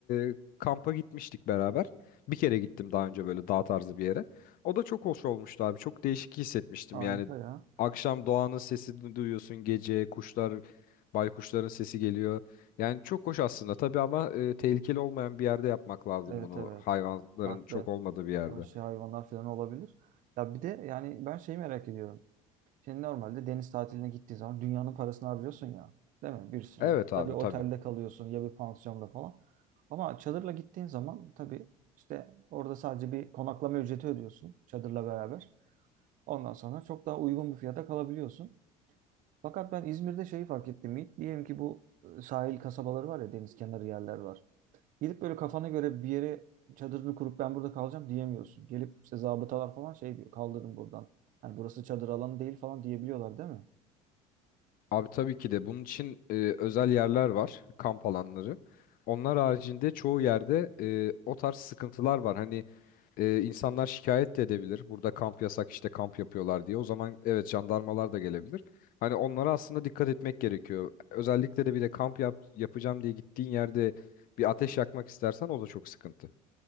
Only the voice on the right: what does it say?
Harika
ya.
Evet
evet.
Farklı
vahşi hayvanlar falan olabilir. Ya bir de yani ben şeyi merak ediyorum. Şimdi normalde deniz tatiline gittiğin zaman dünyanın parasını harcıyorsun ya. Değil mi? Bir sürü.
Ya bir otelde
kalıyorsun ya bir pansiyonda falan. Ama çadırla gittiğin zaman tabii işte orada sadece bir konaklama ücreti ödüyorsun çadırla beraber. Ondan sonra çok daha uygun bir fiyata kalabiliyorsun. Fakat ben İzmir'de şeyi fark ettim. Yiğit. Diyelim ki bu e, sahil kasabaları var ya deniz kenarı yerler var. Gidip böyle kafana göre bir yere çadırını kurup ben burada kalacağım diyemiyorsun. Gelip işte zabıtalar falan şey diyor kaldırın buradan. Hani burası çadır alanı değil falan diyebiliyorlar değil mi?